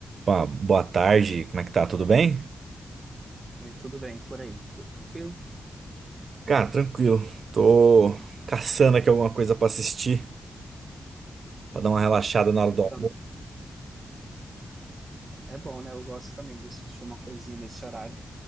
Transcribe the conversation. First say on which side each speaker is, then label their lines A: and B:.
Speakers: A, on the right; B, on the right.
A: Opa, boa tarde, como é que tá? Tudo bem?
B: É, tudo bem por aí? Tudo tranquilo?
A: Cara, tranquilo. Tô caçando aqui alguma coisa pra assistir, pra dar uma relaxada na hora
B: Aí
A: do
B: eu
A: almoço.
B: tam- É bom, né? Eu gosto também de assistir uma coisinha nesse horário.